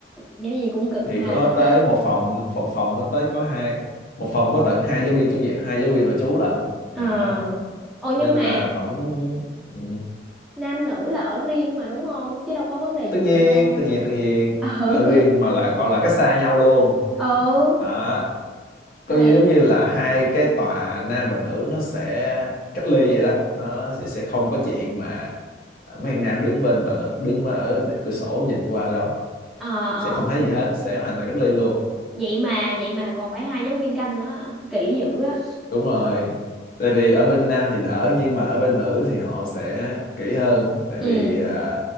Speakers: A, in the centre; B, on the left (about 50°).
A: giáo viên cũng cực
B: thì
A: ha
B: có tới một phòng phòng phòng nó tới có hai một phòng có tận hai giáo viên chủ nhiệm hai giáo viên nội trú lận
A: <laughs> ờ
B: đó
A: ồ nhưng
B: nên
A: mà
B: là tổng ừ,
A: nam nữ là ở riêng mà đúng không chứ đâu có vấn đề gì
B: tất nhiên
A: xảy ra
B: tất nhiên tất nhiên
A: ừ
B: ở riêng mà là còn là cách xa nhau luôn
A: <laughs> ừ
B: đó coi
A: thì
B: như giống như là hai cái tòa nam và nữ nó sẽ cách ly vậy đó nó sẽ, sẽ không có chuyện mà ờ, mấy thằng nam đứng bên tòa nữ đứng ở cửa sổ nhìn qua đâu
A: ờ ờ
B: sẽ không thấy gì hết sẽ hoàn toàn cách ly luôn
A: vậy mà vậy mà còn phải hai giáo viên canh nữa kỹ dữ á
B: đúng rồi tại vì ở bên nam thì đỡ nhưng mà ở bên nữ thì họ sẽ kỹ hơn tại
A: ừ
B: vì à,